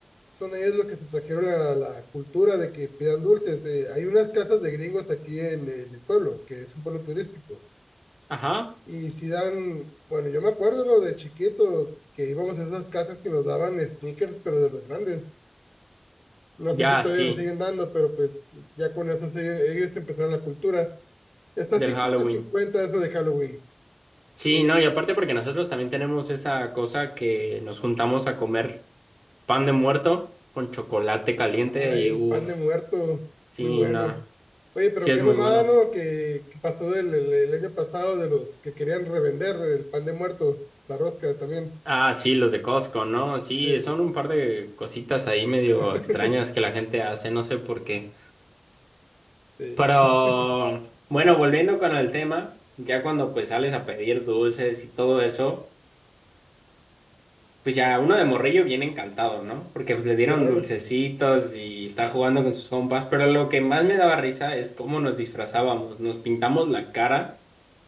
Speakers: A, on the left (about 35°); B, on the right (about 25°).
A: son ellos los que se trajeron la, la cultura de que pidan dulces. Eh, hay unas casas de gringos aquí en, en el pueblo, que es un pueblo turístico.
B: Ajá.
A: Y Zidane, bueno, yo me acuerdo, ¿no? De chiquito, que íbamos a esas casas que nos daban sneakers, pero de los grandes. No
B: Ya,
A: sé si todavía
B: sí,
A: lo siguen dando, pero pues ya con eso se- ellos empezaron la cultura. Está
B: del
A: 50
B: Halloween.
A: cincuenta eso de Halloween.
B: Sí,
A: Y,
B: no, y aparte porque nosotros también tenemos esa cosa que nos juntamos a comer pan de muerto con chocolate caliente
A: ah,
B: y
A: el
B: uff,
A: pan de muerto,
B: sí,
A: muy bueno.
B: no,
A: Oye, pero
B: sí es
A: qué
B: muy
A: mamada,
B: bueno.
A: ¿no? Que, que pasó el, el, el año pasado de los que querían revender el pan de muerto, la rosca también.
B: Ah, sí, los de Costco, ¿no? Sí,
A: Sí,
B: son un par de cositas ahí medio
A: <laughs>
B: extrañas que la gente hace, no sé por qué.
A: sí,
B: Pero
A: <laughs>
B: bueno, volviendo con el tema, ya cuando pues sales a pedir dulces y todo eso, pues ya uno de morrillo viene encantado, ¿no? Porque pues le dieron
A: claro.
B: dulcecitos y está jugando con sus compas, pero lo que más me daba risa es cómo nos disfrazábamos, nos pintamos la cara